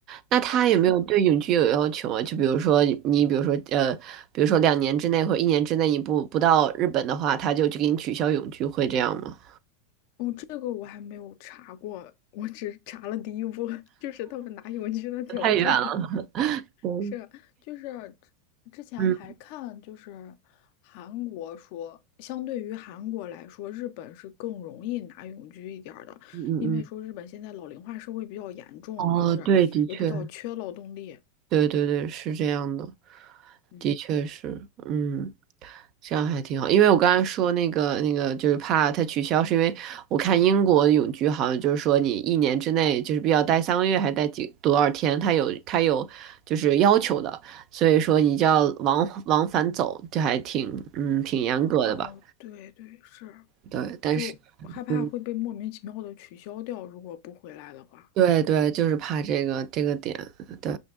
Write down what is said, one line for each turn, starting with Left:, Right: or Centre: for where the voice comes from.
Right: 那他有没有对永居有要求啊？
Left: 是的，
Right: 就比如说你，比如说呃，比如说两年之内或一年之内你不不到日本的话，他就去给你取消永居，会这样吗？
Left: 哦，这个我还没有查过，我只查了第一步，<laughs> 就是他们拿永居的条件。
Right: 太远了。对
Left: 是，就是之前还看，
Right: 嗯
Left: 就是韩国说，相对于韩国来说，日本是更容易拿永居一点儿的，
Right: 嗯嗯嗯，
Left: 因为说日本现在老龄化社会比较严重，
Right: 哦，
Left: 就是也比较缺劳动力。
Right: 对，的确。对对对，是这样的，
Left: 嗯，
Right: 的确是，嗯，这样还挺好。因为我刚才说那个那个，就是怕它取消，是因为我看英国的永居好像就是说你一年之内就是必须要待三个月，还待几多少天，它有它有就是要求的，所以说你就要往往返走，这还挺嗯挺严格的吧？
Left: 哦，对对，是，
Right: 对，但是
Left: 就害怕会被莫名其妙的取消掉，
Right: 嗯，
Left: 如果不回来的话。
Right: 对对，就是怕这个这个点，对。